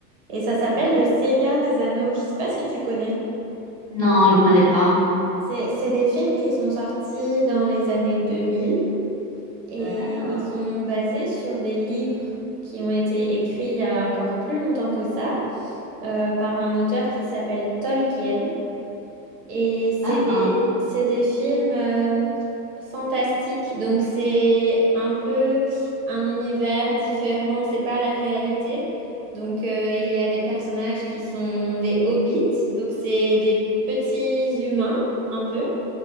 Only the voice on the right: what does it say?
et ça s'appelle
Le Seigneur des Anneaux. Je sais pas si tu connais.
C'est, c'est des films qui sont sortis dans les années 2000. Et
ils sont basés sur des livres qui ont été écrits il y a encore plus longtemps que ça, euh, par un auteur qui s'appelle Tolkien. Et c'est
des, c'est des films euh, fantastiques. Donc c'est un peu un univers différent, c'est pas la réalité. Donc euh, il y a des personnages qui sont des hobbits. Donc c'est des petits humains, un peu,